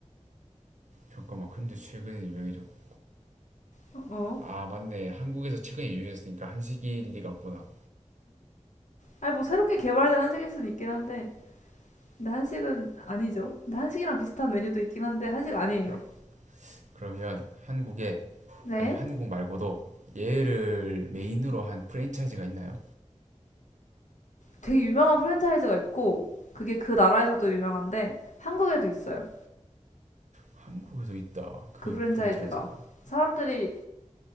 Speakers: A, on the right (about 75°); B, on the left (about 80°).
A: 잠깐만 근데 최근에 유명해졌고
B: 어, 어.
A: 아 맞네 한국에서 최근에 유명해졌으니까 한식일 리가 없구나.
B: 아니, 뭐 새롭게 개발된 한식일 수는 있긴 한데. 근데 한식은 아니죠. 근데 한식이랑 비슷한 메뉴도 있긴 한데, 한식 아니에요.
A: 그러, 그러면 한국에
B: 네,
A: 아니 한국 말고도 얘를 메인으로 한 프랜차이즈가 있나요?
B: 되게 유명한 프랜차이즈가 있고, 그게 그 나라에서도 유명한데, 한국에도 있어요.
A: 한국에도 있다. 그
B: 그 프랜차이즈가
A: 프랜차이즈가
B: 사람들이